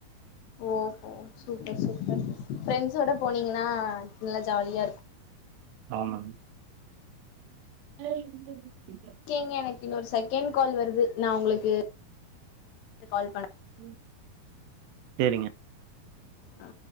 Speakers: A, on the left; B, on the right.
A: ஓஹோ சூப்பர்-சூப்பர் ஃப்ரெண்ட்ஸோட போனீங்கன்னா நல்லா ஜாலியா இருக்கு
B: ஆமாங் <inaudible>
A: கேங்க எனக்கு இன்னொரு செகண்ட் கால் வருது நா உங்களுக்கு கால் பண்
B: <inaudible> செரிங்க
A: அ